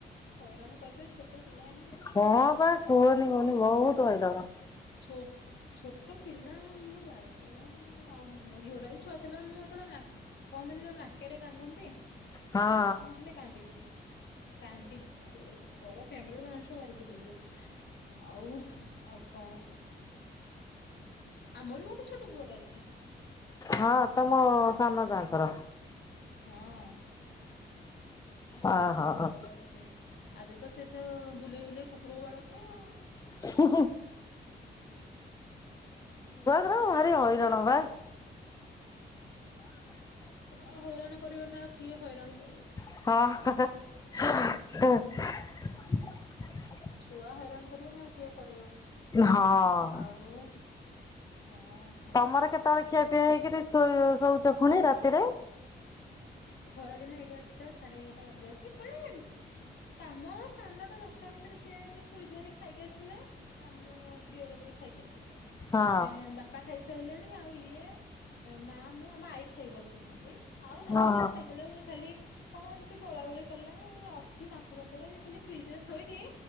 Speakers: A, on the left; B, on the left.
A: ହଇରାଣ କରୁଥିବେ ଛୋଟ ପିଲା ଏଇନା କି ଆଉ
B: ହଁ ବା କୁହନି କୁହନି ବହୁତ ହଇରାଣ
A: ଛୋ ଛୋଟ ପିଲା ମୁଁ ଜାଣିଛି ଆଉ ମୋ ଝିଅଟା ବି ଛୁଆ ଥିଲା ମୁଁ ସେତେବେଳେ କହଥିଲି ଯୋଉ ନାକରେ କାନ୍ଦନ୍ତି।
B: ହଁ
A: ମୁଁ ହେନ୍ତେ କାନ୍ଦିଛି। କାନ୍ଦିଛି ବଡ଼ ଫ୍ୟାମିଲି ମଣିଷ ଭାରି କିଲିବିଲି ଆଉ ଆଉ କଣ ଆମର ବି ଗୋଟେ ଛୋଟ ପୁଅଟ ଅଛେ।
B: ହଁ ତମ ସାନ ଯାଙ୍କର
A: ହଁ
B: ଓହୋ
A: ହଁ ପୁଅଟେ ଅଛି। ଆଜି ତ ସେ ତ ବୁଲେଇ ବୁଲେଇ କୁକୁରକୁ ବାଡଉଥାଏ ଆଉ
B: <inaudible> ଛୁଆ ଗୁରା ଭାରି ହଇରାଣ ବା
A: ଛୁଆ ହଇରାଣ କରିବେ ନି ଆଉ କିଏ ହଇରାଣ କରିବ।
B: ହଁ ହ ହ <unintelligible>
A: ଛୁଆ ହଇରାଣ କରିବନି ଆଉ କିଏ କରିବ
B: ହଁ
A: ଆଉ ହଁ ହଉ।
B: ତମର କେତେବେଳେ ଖିଆ ପିଆ ହେଇକିରି ଶୋଉଛ ପୁଣି ରାତିରେ
A: ଖରାଦିନେ ଏଗାରଟା ସାଢ଼େ ଏଗାରଟା ବାଜି ଜାଉଛି ମାନେ କାମ ସାନଟା ଦଶଟା ଭିତରେ ସିଏ କୁଳିଝଆରି ଖାଇକି ଆସିଲେ ଆମ ଦିଅର ଯିଏ ଖାଇକି ଆସିବେ
B: ହଁ
A: ଆମେ ବାସ ବାପା ଖାଇସାରିଲେଣି ଆଉ ଇଏ ମା ମୁଁ ଆମ ଆଈ ଖାଇ ବସିଛନ୍ତି। ଆଉ ଜଣେଦିଜଣ
B: ହଁ
A: ଜଣ ଖାଇସାରିଲାଣ ଖାଲି କଣ ଯଦି ଗୋଳାଗୋଳି କଲା ଏଇ ଅଛି ମାଛଫାଛରା ଖାଲି ଫ୍ରିଜ୍ ରେ ଥୋଇକି